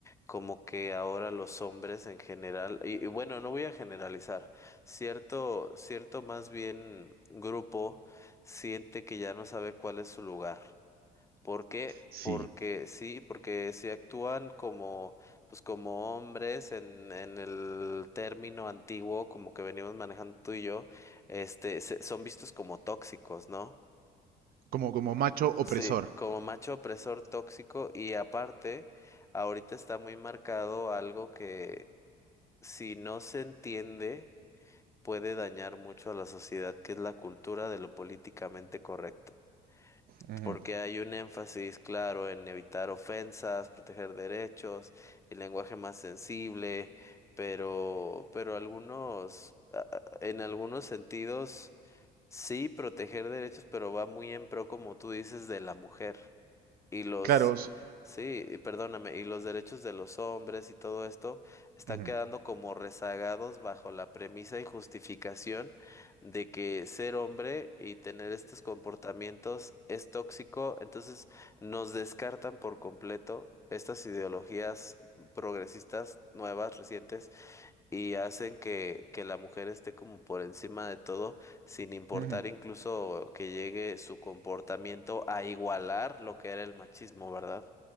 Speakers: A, on the left; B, on the right.
A: como que ahora los hombres en general, y, y bueno, no voy a generalizar, cierto, cierto más bien grupo siente que ya no sabe cuál es su lugar. ¿Por qué?
B: Sí,
A: Porque sí, porque si actúan como, pues como hombres en, en el término antiguo, como que venimos manejando tú y yo, este, se- son vistos como tóxicos, ¿no?
B: Como, como macho opresor.
A: Sí, como macho opresor tóxico y aparte, ahorita está muy marcado algo que si no se entiende puede dañar mucho a la sociedad, que es la cultura de lo políticamente correcto.
B: Ujú.
A: Porque hay un énfasis claro en evitar ofensas, proteger derechos, el lenguaje más sensible, pero, pero algunos, a- a- en algunos sentidos, sí proteger derechos, pero va muy en pro, como tú dices, de la mujer y los,
B: Claro, s-
A: sí, eh, perdóname, y los derechos de los hombres y todo esto están
B: ujú,
A: quedando como rezagados bajo la premisa y justificación de que ser hombre y tener estos comportamientos es tóxico, entonces nos descartan por completo. Estas ideologías progresistas nuevas, recientes, y hacen que, que la mujer esté como por encima de todo, sin importar
B: ujú.
A: incluso que llegue su comportamiento a igualar lo que era el machismo, ¿verdad?